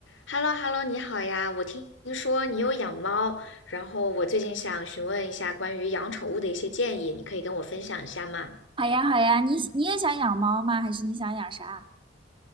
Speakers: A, on the left; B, on the right.
A: h e l l o h e l l o 你好呀！我听说你有养猫，然后我最近想询问一下关于养宠物的一些建议，你可以跟我分享一下吗？
B: 好呀，好呀，你你也想养猫吗？还是你想养啥？